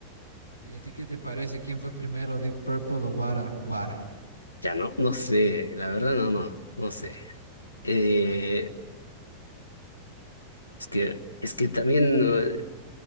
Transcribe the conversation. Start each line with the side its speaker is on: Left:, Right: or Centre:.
Right: ¿y a ti qué te parece? ¿Quién fue primero, Deep Purple o Guara? Guara.
Left: Ya no, no sé, la verdad no, no, no sé. Eh, es que, es que también eh,